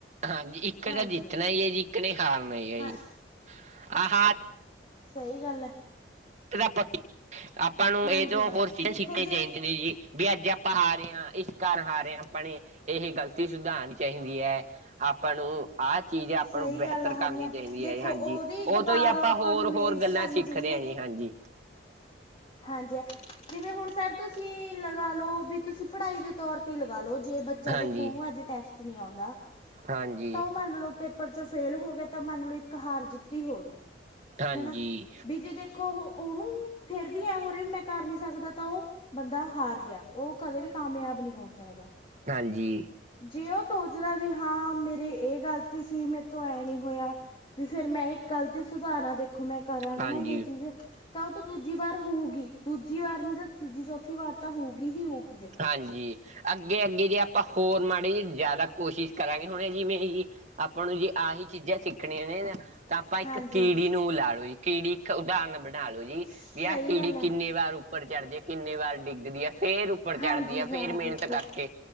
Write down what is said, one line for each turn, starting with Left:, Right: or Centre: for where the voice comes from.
Right: ਹਾਂਜੀ, ਇੱਕ
Left: ਹਾਂਜੀ
Right: ਨੇ ਜਿੱਤਣਾ
Left: ਹਾਂ
Right: ਹੀ ਹੈ ਜੀ ਇੱਕ ਨੇ ਹਾਰਨਾ ਈ ਹੈ
Left: ਹਾਂ
Right: ਜੀ। ਆਹਾ
Left: ਸਹੀ ਗੱਲ ਹੈ
Right: ਚੱਲ ਆਪਾ ਕਿ ਆਪਾਂ ਨੂੰ
Left: ਹਾਂਜੀ
Right: ਇਹ ਜੋ
Left: ਹਾਂ
Right: ਹੋਰ ਚੀਜ਼ਾਂ
Left: ਦੇਖੋ
Right: ਸਿੱਖਣ
Left: ਜੇ
Right: ਚਾਹੀਦੀਆਂ ਨੇ ਜੀ ਵੀ ਅੱਜ ਆਪਾਂ ਹਾਰੇ ਆ, ਇਸ ਕਾਰਨ ਹਾਰੇ ਹਾਂ ਆਪਾ ਨੇ ਇਹ ਗ਼ਲਤੀ ਸੁਧਾਰਨੀ ਚਾਹੀਦੀ ਹੈ। ਆਪਾਂ ਨੂੰ ਆਹ ਚੀਜ਼ ਆਪਾਂ
Left: ਸਹੀ
Right: ਨੂੰ ਬਿਹਤਰ
Left: ਗੱਲ ਆ, ਹਾਂਜੀ
Right: ਕਰਨੀ
Left: ਹਾਂ
Right: ਚਾਹੀਦੀ
Left: ਦੇਖੋ
Right: ਹੈ। ਹਾਂਜੀ,
Left: ਉਹਦੀ
Right: ਉਹ
Left: ਦੁਬਾਰੋਂ
Right: ਤੋਂ ਹੀ ਆਪਾਂ ਹੋਰ
Left: ਨੂੰ ਮਿਹਨਤ
Right: ਹੋਰ ਗੱਲਾਂ
Left: ਕਰਨੀ
Right: ਸਿੱਖਦੇ
Left: ਚਾਹੀਦੀ ਹੈ
Right: ਹਾਂ ਜੀ। ਹਾਂਜੀ
Left: ਹਾਂਜੀ ਆ, ਜਿਵੇਂ ਹੁਣ ਸਰ ਤੁਸੀਂ ਲਗਾ ਲਓ ਵੀ ਤੁਸੀਂ ਪੜ੍ਹਾਈ ਦੇ ਤੌਰ ਤੇ ਲਗਾ ਲਓ ਜੇ ਬੱਚ ਬੱਚਾ
Right: ਹਾਂਜੀ
Left: ਅੱਜ ਦੇਖੋ, ਉਹਨੂੰ ਅੱਜ ਟੈਸਟ ਨੀਂ ਆਉਂਦਾ
Right: ਹਾਂਜੀ ਹਾਂਜੀ
Left: ਤਾਂ ਉਹ ਮੰਨ ਲਓ ਪੇਪਰ ਚੋਂ ਫੇਲ ਹੋ ਗਏ ਤਾਂ ਮੰਨ ਲਉ ਇੱਕ ਹਾਰ ਜਿੱਤੀ ਹੋ ਗਈ
Right: ਹਾਂਜੀ
Left: ਹਨਾ ਵੀ ਜੇ ਦੇਖ ਦੇਖੋ, ਉਹਨੂੰ ਫੇਰ ਵੀ ਐ ਹੋ ਰਿਹਾ ਮੈਂ ਕਰ ਨੀ ਸਕਦਾ ਤਾਂ ਉਹ ਬੰਦਾ ਹਾਰ ਗਿਆ, ਉਹ ਕਦੇ ਵੀ ਕਾਮਯਾਬ ਨਹੀਂ ਹੋ ਸਕਦਾ।
Right: ਹਾਂਜੀ
Left: ਜੇ ਉਹ ਸੋਚਦਾ ਵੀ ਹਾਂ ਮੇਰੀ ਇਹ ਗਲਤੀ ਸੀ ਮੈਤੋ ਐਂ ਨਹੀਂ ਹੋਇਆ ਵੀ ਫਿਰ ਮੈਂ ਇੱਕ ਗਲਤੀ ਸੁਧਾਰਾਂ। ਦੇਖੋ, ਮੈਂ ਕਰਾਂ
Right: ਹਾਂਜੀ
Left: ਹਨਾ ਇਹ ਚੀਜ਼ ਤਾਂ ਉਹਤੋ ਦੂਜੀ ਵਾਰ ਹੋਊਗੀ, ਦੂਜੀ ਵਾਰ ਨੀ ਤਾਂ ਤੀਜੀ ਚੌਥੀ ਵਾਰ ਤਾਂ ਹੋਊਗੀ ਹੀ ਹੋਊਗੀ। ਦੇਖੋ
Right: ਹਾਂਜੀ, ਅੱਗੇ ਅੱਗੇ ਜੇ ਆਪਾਂ ਹੋਰ ਮਾੜੀ ਜੀ ਜ਼ਿਆਦਾ ਕੋਸ਼ਿਸ਼ ਕਰਾਂਗੇ, ਹੁਣ ਜਿਵੇਂ ਜ ਆਪਾਂ ਨੂੰ ਜੇ ਆਹੀ ਚੀਜ਼ਾਂ ਸਿੱਖਣੀਆਂ ਨੇ ਨਾ ਤਾਂ ਆਪਾਂ ਇੱਕ
Left: ਹਾਂਜੀ
Right: ਕੀੜੀ
Left: ਹਾਂ
Right: ਨੂੰ ਲਾ ਲਓ ਜੀ, ਕੀੜੀ ਇੱਕ ਉਦਾਹਰਨ ਬਣਾ ਲੋ ਜੀ।
Left: ਸਹੀ
Right: ਵੀ ਆਹ ਕੀੜੀ
Left: ਗੱਲ ਹੈ
Right: ਕਿੰਨੇ ਵਾਰ ਉੱਪਰ ਚੜ੍ਹਦੀ ਹੈ ਕਿੰਨੇ ਵਾਰ ਡਿੱਗਦੀ ਹੈ ਫੇਰ ਫੇਰ ਉੱਪਰ ਚੜ੍ਹਦੀ
Left: ਹਾਂਜੀ
Right: ਆ,
Left: ਹਾਂ
Right: ਫੇਰ ਮੇਨਤ
Left: ਦੇਖੋ
Right: ਕਰਕੇ।